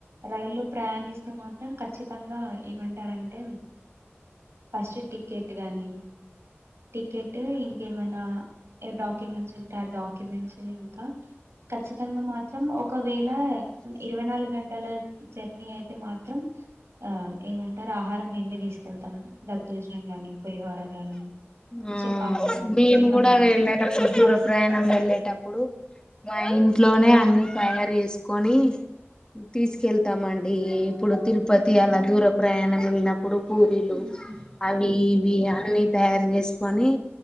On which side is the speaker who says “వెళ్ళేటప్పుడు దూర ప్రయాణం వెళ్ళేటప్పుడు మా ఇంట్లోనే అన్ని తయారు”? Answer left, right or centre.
Left